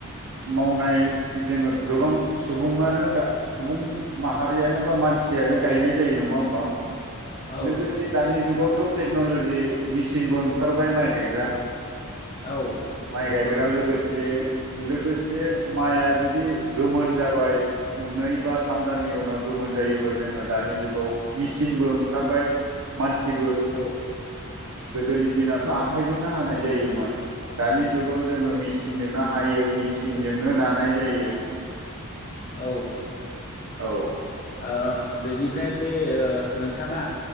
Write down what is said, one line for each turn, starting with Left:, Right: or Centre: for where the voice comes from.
Right: मावनाय जोङो गोबां सुबुंङानो गा सुबुं माहारियानो बा मानसियानो गायनाय जायो नङा होमबा
Left: औ
Right: लोगोसे दानि जुगावथ' टेक्न'ल'जि मेसिनबो ओंखारबाय माइ गायग्रा
Left: औ
Right: माइ
Left: बेखौनो
Right: गायग्रा लोगोसे
Left: औ
Right: लोगोसे माया जुदि गोमोन जाबाय नै बा थाम दाननि उनाव गोमोन जायोबा जोङो दानि जुगाव मेसिनबो ओंखारबाय मानसिबो
Left: औ
Right: गोदोनि दिनावथ' आखाइजोंनो हानाय जायोमोन दानि जुगाव जोङो मेसिनजोंनो हायो मेसिनजोंनो नानाय जायो
Left: औ
Right: औ
Left: ओ बेनिफ्राय बे ओ नोंथाङा